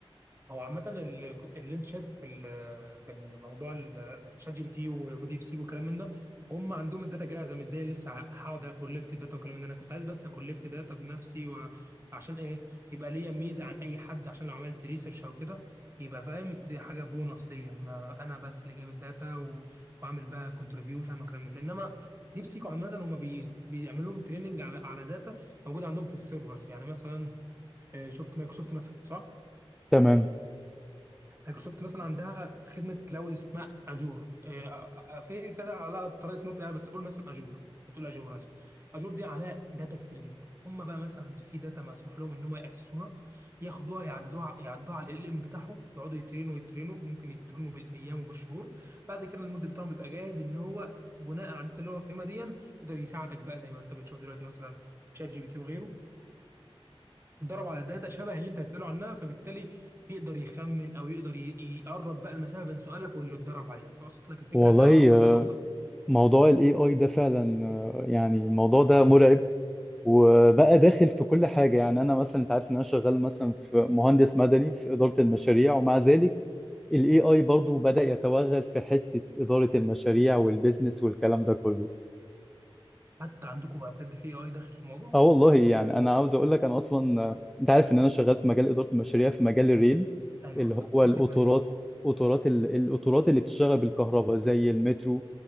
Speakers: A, on the right; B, in the centre.
A: هو عامة اللي اللي انت شايفه في ال- في الموضوع ال- شات جي بي تي و- وديب سيك والكلام من ده هم عندهم الداتا جاهزة مش زي اللي لسه هقعد اكولكت داتا والكلام من ده انا كنت عايز بس اكولكت داتا بنفسي وعشان ايه يبقى ليا ميزة عن اي حد عشان لو عملت ريسيرش او كده يبقى فاهم دي حاجة بونص ليا ما انا بس اللي جايب الداتا و- واعمل بقى كونتريبيوشن وكلام من ده انما ديب سيك عامة هم بي... بيعملوا لهم تريننج على على داتا موجودة عندهم في السيرفرز يعني مثلا آه، شفت مايكروسوفت مثلا صح؟
B: تمام
A: مايكروسوفت مثلا عندها خدمه كلاود اسمها اجور آه، آه، آه، في كده على طريقه نطق يعني بس قول مثلا اجور انت تقول اجور ناس اجور دي عليها داتا كتير جدا هم بقى مثلا في داتا مسموح لهم ان هم ياكسسوها ياخدوها يعددوها يعدوها على ال ام بتاعهم يقعدوا يترينوا يترينوا وممكن يترينوا بالايام وبالشهور بعد كده المود بتاعهم بيبقى جاهز ان هو بناء على الداتا اللي هو فاهمها دي يقدر يساعدك بقى زي ما انت بتشوف دلوقتي مثلا شات جي بي تي وغيره اتدرب على داتا شبه اللي انت هتساله عنها فبالتالي بيقدر يخمن او يقدر ي- يقرب بقى المسافه بين سؤالك واللي اتدرب عليه فوصلت لك الفكره
B: والله
A: ده أر... ده
B: آه،
A: ابسط
B: موضوع الاي اي ده فعلا آه، يعني الموضوع ده مرعب وبقى داخل في كل حاجه يعني انا مثلا انت عارف ان انا شغال مثلا في مهندس مدني في اداره المشاريع ومع ذلك الاي اي برضو بدأ يتوغل في حته اداره المشاريع والبيزنس والكلام ده كله
A: حتى عندكم بقى بجد في اي اي داخل في الموضوع
B: اه والله يعني انا عاوز اقول لك انا اصلا آه، انت عارف ان انا شغال في مجال اداره المشاريع في مجال الريل
A: ايوه
B: اللي هو
A: واخد
B: القطارات
A: بالي اهو
B: قطارات ال- القطارات اللي بتشتغل بالكهرباء زي المترو